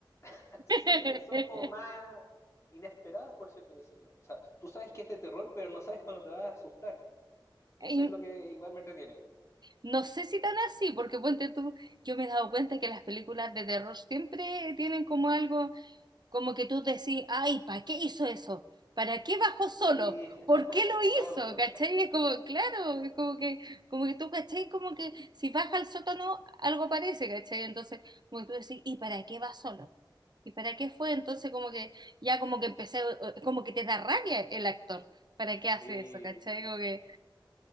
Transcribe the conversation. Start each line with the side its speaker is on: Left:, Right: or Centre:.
Left: <laughs>
Right: <laughs>
Left: sí, son como más inesperadas, por cierto decirlo. O sea, tú sabes que es de terror, pero no sabes cuándo te va a asustar. Y
Right: Y
Left: eso es lo que igual me entretiene.
Right: No sé si tan así, porque ponte tú, yo me he dado cuenta que las películas de terror siempre tienen como algo Como que tú decís, ay, ¿para qué hizo eso? ¿Para qué bajó solo?
Left: Sí, <laughs>
Right: ¿Por qué lo
Left: qué tonto.
Right: hizo? ¿Cachai? Es como, claro, es como que, como que tú, ¿cachai? Como que si baja al sótano, algo parece, ¿cachai? Entonces, como que tú decís, ¿y para qué va solo? ¿Y para qué fue? Entonces, como que ya como que empecé, eh, como que te da rabia el actor. ¿Para qué hace
Left: Sí,
Right: eso? ¿Cachai? Como que